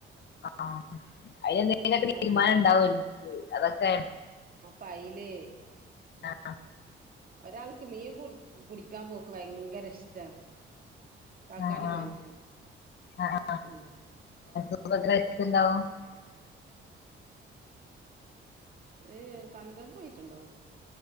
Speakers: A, on the left; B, on the right.
A: ആഹ് അയില് എന്തേലൊക്കെ തീരുമാനണ്ടാവും
B: ആഹ്
A: അതൊക്കെ
B: പൈല്
A: ആഹ്
B: ഒരാൾക്ക് മീൻ പുടി പുടിക്കാൻ പോക്ക് ഭയങ്കര ഇഷ്ട കാക്കാനും
A: ആഹ് ആഹ്
B: മോന്ക്ക്
A: ആഹ് ആഹ്
B: ഉം
A: <unintelligible>
B: ഒരു പന്ത്രണ്ട് ആയിട്ടുണ്ടാവും